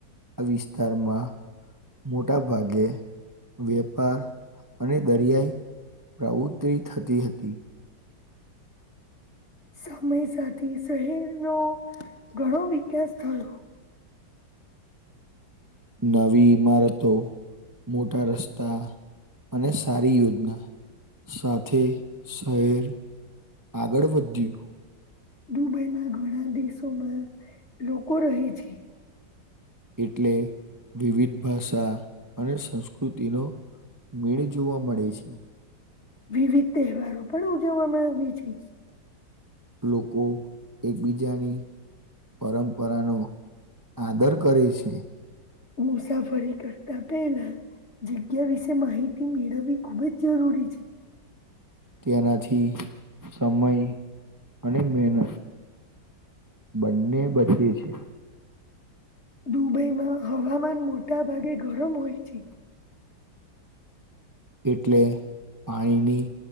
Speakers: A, on the right; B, on the left.
A: આ વિસ્તારમાં મોટા ભાગે વેપાર અને દરિયાઈ પ્રવૃત્તિ થતી હતી.
B: સમય સાથે શહેર નો ઘણો વિકાસ થયો.
A: નવી ઈમારતો મોટા રસ્તા અને સારી યોજના સાથે શહેર આગળ વધ્યું
B: દુબઈમાં ઘણા દેશોમાં લોકો રહે છે.
A: એટલે વિવિધ ભાષા અને સંસ્કૃતિનો મેળ જોવા મળે છે.
B: વિવિધ તહેવારો પણ ઉજવવામાં આવી છે.
A: લોકો એકબીજાની પરંપરા નો આદર કરે છે.
B: મુસાફરી કરતા પેલા જગ્યા વિશે માહિતી મેળવવી ખુબ જ જરૂરી છે.
A: તેનાથી સમય અને મહેનત બંને બછી છે.
B: દુબઈમાં હવામાન મોટા ભાગે ગરમ હોય છે.
A: એટલે આઈ ની